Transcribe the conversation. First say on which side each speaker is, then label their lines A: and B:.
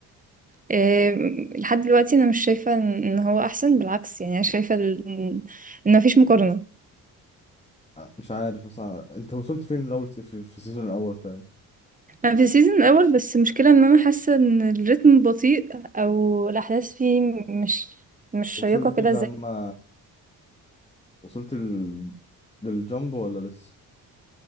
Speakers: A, on the right; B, on the left.
A: أم، لحد دلوقتي انا مش شايفه ان إن هو احسن بالعكس يعني انا شايفه ال- ان إن مفيش مقارنه
B: مش عارف اصلا انت وصلت فين الاول في في السيزون الاول تاني
A: انا في السيزون الاول بس المشكله ان انا حاسه ان الريتم بطيء او الاحداث فيه مش مش شيقه
B: وصلت
A: كده
B: لما
A: زي
B: وصلت ال... للجامب ولا لسه